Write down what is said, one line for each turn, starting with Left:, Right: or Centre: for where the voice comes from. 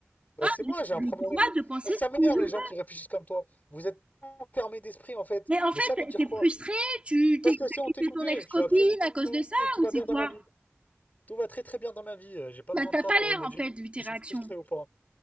Left: Bah,
Right: Ah,
Left: c'est
Right: j'ai
Left: moi, j'ai
Right: le
Left: un problème
Right: droit
Left: avec toi.
Right: de penser
Left: Parce
Right: ce
Left: que ça m'énerve
Right: que je
Left: les
Right: veux.
Left: gens qui réfléchissent comme toi. Vous êtes enfermés d'esprit en fait.
Right: Mais en
Left: Mais
Right: fait,
Left: ça veut dire
Right: t'es
Left: quoi?
Right: frustrée, tu t'es
Left: Parce que
Right: t'as
Left: si on
Right: quitté
Left: t'écoutait,
Right: ton ex-copine
Left: je suis absolument.
Right: à cause de ça,
Left: Tout
Right: ou
Left: va
Right: c'est
Left: bien
Right: quoi?
Left: dans ma vie. Tout va très très bien dans ma vie. Euh, J'ai pas
Right: Bah,
Left: besoin
Right: t'as
Left: de toi
Right: pas
Left: pour
Right: l'air,
Left: me
Right: en
Left: dire
Right: fait,
Left: si
Right: vu tes
Left: je
Right: réactions.
Left: suis frustré ou pas.